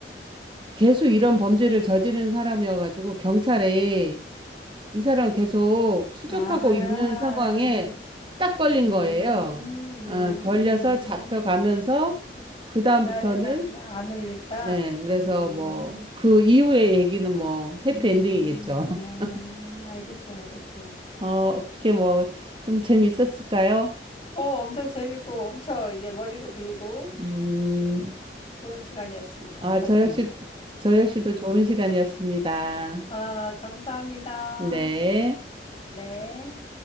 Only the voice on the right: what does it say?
계속 이런 범죄를 저지른 사람이어가지고 경찰에 이 사람 계속 추적하고
있는 상황에
딱 걸린
거예요. 어, 걸려서 잡혀가면서
그다음부터는
예, 그래서
뭐 그 이후의 얘기는 뭐 해피엔딩이겠죠.
<laughs>
어, 어떻게 뭐 좀 재미있었을까요?
음,
아,
저 역시 저 역시도 좋은 시간이었습니다.
네.